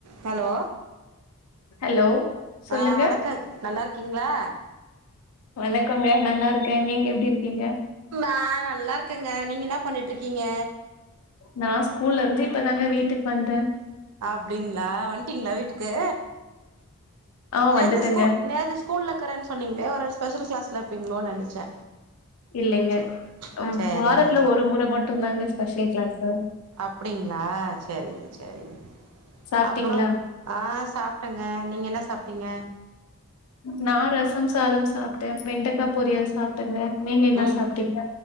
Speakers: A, on the right (about 80°); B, on the left (about 80°).
A: ஹலோ
B: ஹலோ சொல்லுங்க
A: ஆஹ் வணக்கங் நல்லா இருக்கீங்களா
B: வணக்கோங்க நல்லா இருக்கே நீங்க எப்டி இருக்கீங்க
A: நா நல்லா இருக்கங்க நீங்க ன்ன பண்ணிட்டுருக்கீங்க
B: நா ஸ்கூல்லருந்து இப்பதாங்க வீட்டுக்கு வந்தே
A: அப்டிங்களா வந்ட்டீங்ளா வீட்டுக்கு
B: ஆ
A: நேத்து
B: வந்துட்டேங்க
A: ஸ்கூ நேத்து ஸ்கூல்லகறேன்னு சொன்னீங்களே ஒரு வே ஸ்பெஷல் கிளாஸ்ல இருப்பீங்களோனு நெனச்சே
B: இல்லைங்க
A: செரி
B: ம்
A: செரிங்க
B: வாரத்துல
A: செரி
B: ஒரு முறை மட்டும் தாங்க ஸ்பெஷல் கிளாஸு
A: அப்டிங்களா சேரிங்க சேரிங்க
B: சாப்ட்டீங்களா
A: அப்றோ ஆ சாப்ட்டங்க நீங்க என்ன சாப்ட்டீங்க?
B: நா ரசம் சாதம் சாப்ட்டே வெண்டக்கா பொரியல் சாப்ட்டேங்க நீங்க என்ன
A: ம்
B: சாப்ட்டீங்க?